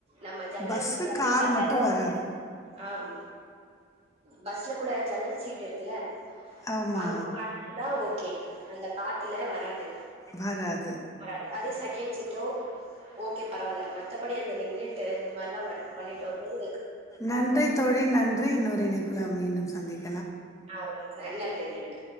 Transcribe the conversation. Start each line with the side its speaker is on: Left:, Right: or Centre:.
Right: நம்ம ஜன்னல்
Left: பஸ்ஸு பஸ்ல
Right: ஷீட் தந்த
Left: கார்
Right: மார்ட்டே
Left: மட்டு வராது
Right: அஹ் பஸ்ல கூட ஜன்னல் சீட் இருக்குல்ல
Left: ஆமா
Right: அங்க உக்காந்து இருந்தா ஓகே அந்த காத்துல வராது
Left: வராது
Right: வராது அதே செகேண்ட் சீட்டோ ஓகே பரவால்லை மத்தபடி அந்த நின்னுட்டு இந்த மாதிரிலாம் வந் பண்ணிட்டு வரும் போது
Left: நன்றி தோழி நன்றி இன்னொரு இணைப்புல வந்து இ டும் சந்திக்க
Right: அஹ் ரொம்ப நன்றி நன்றி